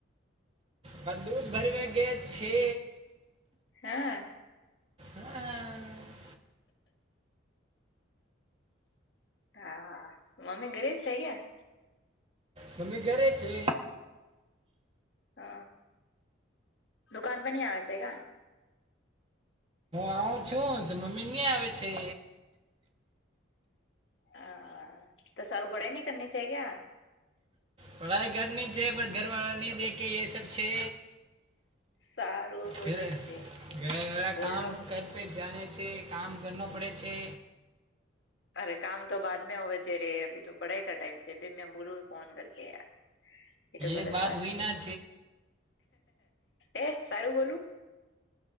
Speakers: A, on the right; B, on the left.
A: બ દૂધ ભરમાં ગયા છે.
B: હા.
A: હા.
B: હા, મમ્મી ઘરે જ થઈ ગયા?
A: મમ્મી ઘરે છે.
B: હ દુકાન પણ ની આવે છે કા?
A: હવ છું તો મમ્મી ની આવે છે.
B: હા તો સારું પડે ન કરની ચા કે?
A: પઢાઈ કરની છે પર ઘરવાળા ન દેખ એ સબ છે.
B: સારું બોલે
A: ઘરે
B: છે
A: ઘરે વળા
B: બોલનો
A: કામ કર પે જાને છે કામ કરનો પડે છે.
B: અરે કામ તો બાદ મે હોવે છે રે અભી તો પઢાઈ કા ટાઈમ છે મેં બોલું ફોન કર કેય. એતો ગલત
A: એ
B: બાત
A: હુઈ
B: છે,
A: ના
B: એ સારું બોલું.